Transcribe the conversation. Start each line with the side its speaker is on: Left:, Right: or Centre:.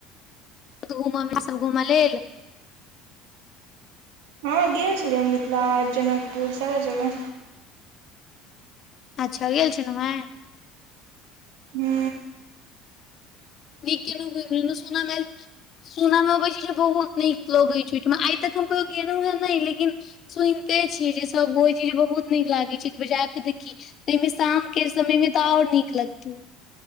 Left: घूम सभ घूम लेल
Right: हँ, गेल छलियै मिथिलाहाट जनकपुर सारा जगह
Left: अच्छा, गेलल छलु है।
Right: हू।
Left: निक केनु सुना म सुनय मे अबैत छै, जे बहुत निक लगैत छै, ओहिठाम आइ तक हम कहि गेलहुँ हेँ नहि लेकिन। सुनिते छियै, जे सभ बड़ छै जे बहुत निक लागैत छै बजाक देखी। ताहिमे शामके समय मे तऽ आओर निक लगतौ